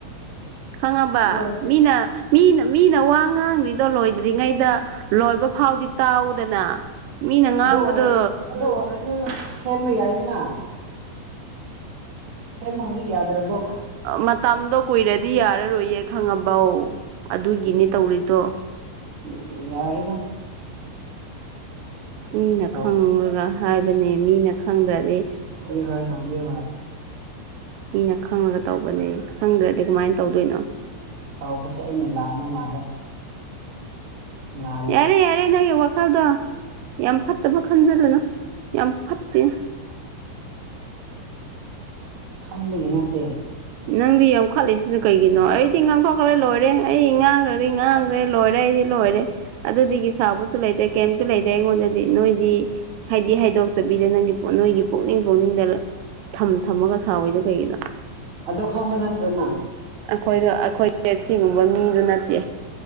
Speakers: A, on the right (about 80°); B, on the right (about 35°).
A: ꯈꯪꯉꯕ
B: ꯑꯗꯨ
A: ꯃꯤꯅ ꯃꯤꯅ ꯃꯤꯅ ꯋꯥ ꯉꯥꯡꯂꯤꯗꯣ ꯂꯣꯏꯗ꯭ꯔꯤꯉꯩꯗ ꯂꯣꯏꯕ ꯐꯥꯎꯗꯤ ꯇꯥꯎꯗꯅ ꯃꯤꯅ ꯉꯥꯡꯕꯗꯣ
B: ꯑꯗꯨ ꯑꯣꯏꯔ ꯑꯣꯏꯔꯁꯨ ꯑꯗꯨ ꯁꯦꯝꯕ ꯌꯥꯏꯗꯅ ꯁꯦꯝꯕ ꯍꯧꯖꯤꯛ ꯌꯥꯗ꯭ꯔꯕꯣ
A: ꯃꯇꯝꯗꯣ ꯀꯨꯏꯔꯗꯤ ꯌꯥꯔꯔꯣꯏꯌꯦ ꯈꯪꯉꯕꯧ ꯑꯗꯨꯒꯤꯅꯦ ꯇꯧꯔꯤꯗꯣ
B: ꯎꯝ ꯌꯥꯔꯦꯗ
A: ꯃꯤꯅ
B: ꯇꯧ
A: ꯈꯪꯂꯒ ꯍꯥꯏꯕꯅꯦ ꯃꯤꯅ ꯈꯪꯗ꯭ꯔꯗꯤ
B: ꯍ ꯍꯣꯏ ꯇꯧꯕꯤꯔꯣꯏ
A: ꯃꯤꯅ ꯈꯪꯉꯒ ꯇꯧꯕꯅꯦ ꯈꯪꯗ꯭ꯔꯗꯤ ꯀꯃꯥꯏꯅ ꯇꯧꯗꯣꯏꯅꯣ
B: ꯆꯥꯎꯕꯁꯦ ꯑꯩꯅ ꯂꯥꯟꯜꯅ ꯃꯥꯜꯂꯦ ꯂꯥꯜꯂꯦ
A: ꯌꯥꯔꯦ ꯌꯥꯔꯦ ꯅꯪꯒꯤ ꯋꯥꯈꯜꯗꯣ ꯌꯥꯝ ꯐꯠꯇꯕ ꯈꯟꯖꯗꯅ ꯌꯥꯝ ꯐꯠꯇꯦ
B: <inaudible> ꯍꯟꯕꯒꯤ ꯅꯠꯇꯦ
A: ꯅꯪꯗꯤ ꯌꯥꯝꯈꯠꯂꯛꯂꯤꯏꯁꯤꯅ ꯀꯩꯒꯤꯅꯣ ꯑꯩꯗꯤ ꯉꯥꯡꯊꯣꯛꯈ꯭ꯔꯦ ꯂꯣꯏꯔꯦ ꯑꯩ ꯉꯥꯡꯈ꯭ꯔꯗꯤ ꯉꯥꯡꯈ꯭ꯔꯦ ꯂꯣꯏꯔꯦ ꯑꯩꯗꯤ ꯂꯣꯏꯔꯦ ꯑꯗꯨꯗꯒꯤ ꯁꯥꯕꯁꯨ ꯂꯩꯇ꯭ꯔꯦ ꯀꯩꯝꯇ ꯂꯩꯇ꯭ꯔꯦ ꯑꯩꯉꯣꯟꯗꯗꯤ ꯅꯣꯏꯗꯤ ꯍꯥꯏꯗꯤ ꯍꯥꯏꯗꯣꯛꯇꯕꯤꯗ ꯅꯪꯒꯤ ꯅꯣꯏꯒꯤ ꯄꯨꯛꯅꯤꯡ ꯄꯨꯛꯅꯤꯡꯗ ꯊꯝ ꯊꯝꯃꯒ ꯁꯥꯥꯎꯋꯏꯗꯣ ꯀꯩꯒꯤꯅꯣ
B: ꯑꯗꯣ ꯈꯪꯕꯟ ꯍꯥꯠꯇ꯭ꯔ ꯅ
A: ꯑꯩꯈꯣꯏꯗ ꯑꯩꯈꯣꯏꯁꯦ ꯁꯤꯒꯨꯝꯕ ꯃꯤꯗꯨ ꯅꯠꯇꯦ